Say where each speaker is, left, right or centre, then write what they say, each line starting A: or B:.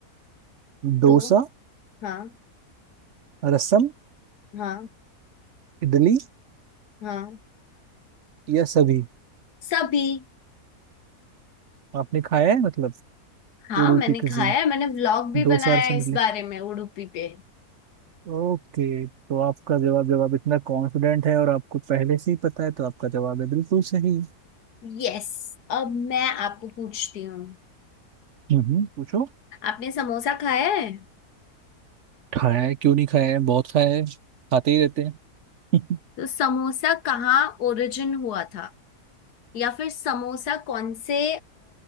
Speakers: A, on the right; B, on the left.
A: डोसा
B: तो हाँ
A: रसम
B: हाँ
A: इडली
B: हाँ
A: या सभी
B: सभी
A: आपने खाया है मतलब
B: हाँ
A: उडुपी
B: मैंने
A: क्यूजीन
B: खाया है मैंने व्लॉग भी
A: डोसा
B: बनाया
A: रसम
B: है इस
A: इडली
B: बारे में उडुपी पे
A: ओके तो आपका जवाब जब आप इतना कॉन्फिडेंट है और आपको पहले से ही पता है तो आपका जवाब है बिल्कुल सही
B: यस अब मैं आपको पूछती हूँ
A: हम्म पूछो
B: आपने समोसा खाया है
A: खाया है क्यों नहीं खाया है बहुत खाया है खाते ही रहते हैं <laughs>
B: तो समोसा कहाँ ओरिजिन हुआ था या फिर समोसा कौन से